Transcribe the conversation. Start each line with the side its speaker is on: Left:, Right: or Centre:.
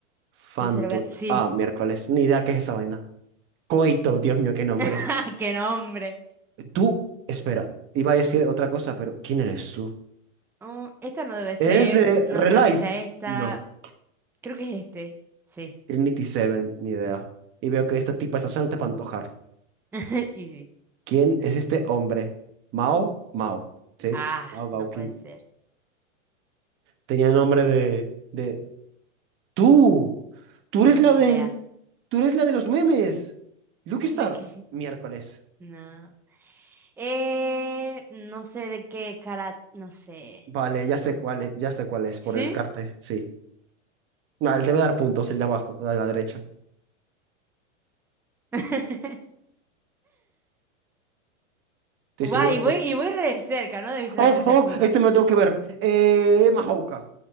Right: Phantom.
Centre: no se lo voy a... Sí.
Right: Ah, miércoles. Ni idea qué es esa vaina. Coito, Dios mío, qué nombre.
Centre: <laughs> ¡Qué nombre!
Right: Tú, espera, iba a decir otra cosa, pero ¿quién eres tú?
Centre: Mm, esta no debe ser.
Right: ¿Eres de
Centre: No
Right: Relife?
Centre: creo que sea esta.
Right: No.
Centre: Creo que es este. Sí.
Right: Trinity Seven, ni idea. Y veo que esta tipa está solamente para antojar.
Centre: <laughs> Y sí.
Right: ¿Quién es este hombre? Mao, Mao. Sí,
Centre: Ah,
Right: Mao Gaukin.
Centre: no puede ser.
Right: Tenía nombre de, de... ¡Tú! ¡Tú
Centre: No,
Right: eres la
Centre: ni
Right: del...
Centre: idea.
Right: ¡Tú eres la de los memes! Lucky Star.
Centre: ¿De qué? <laughs>
Right: Miércoles.
Centre: No. Eh, no sé de qué cara... No sé.
Right: Vale, ya sé cuál es, ya sé cuál es,
Centre: ¿Sí?
Right: por descarte, sí. No, él debe dar puntos, el de abajo, el de la derecha.
Centre: <laughs>
Right: Estoy
Centre: Guay,
Right: seguro
Centre: y voy,
Right: que.
Centre: y voy re cerca, no debiste darme
Right: ¡Oh,
Centre: ese
Right: oh!
Centre: punto.
Right: Este me lo tengo que ver. Eh, Mahouka.